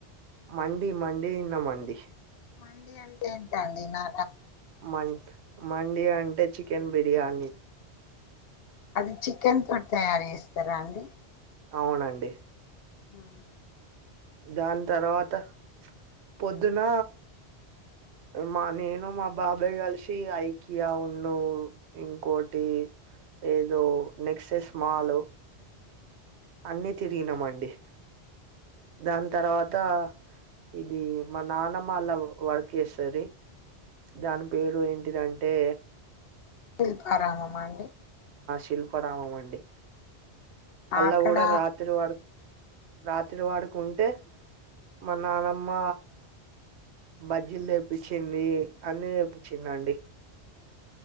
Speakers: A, on the right; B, on the left.
A: మండి మండి తిన్నమండి.
B: మండి అంటే ఏంటండీ నా.
A: మ మండి అంటే చికెన్ బిర్యానీ
B: అది చికెన్ తోటి తయారు చేస్తారా అండి
A: అవునండి
B: ఆ
A: <unintelligible> తర్వాత పొద్దున్న.
B: <inaudible>
A: మా నేను మా బాబాయ్ కలిసి ఐకియా ఉండు ఇంకోటి ఏదో నెక్సెస్ మాల్ అన్ని తిరిగినమండి దాని తర్వా అంత ఇది మా నానమ్మ అలా వర్క్ చేస్తది దాని పేరు ఏంటిదంటే
B: శిల్పా రామామ అండి.
A: శిల్ప రామామండి. అల్ల
B: అక్కడ
A: కూడా రాత్రి వాడు రాత్రి వాడుకు ఉంటే మా నానమ్మ బజ్జీలు తెప్పించింది అన్ని తెప్పించింది అండి